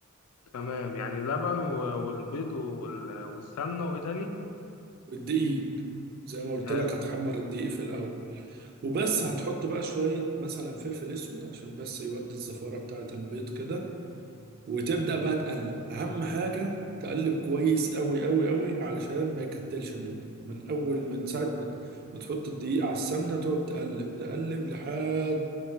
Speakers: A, on the left; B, on the right.
A: تمام يعني لبن و- والبيض وال- والسمنة وإيه تاني؟
B: والدقيق زي ما قلت
A: حلو
B: لك هتحمر الدقيق في الاول وبس
A: مم.
B: هتحط بقى شوية مثلا فلفل اسود عشان بس يودي الزفارة بتاعة البيض كده وتبدأ بقى تقلب اهم حاجة تقلب كويس قوي قوي قوي علشان ما يكتلش منك من اول من ساعة ما ت- ما تحط الدقيق على السمنة تقعد تقلب تقلب لحد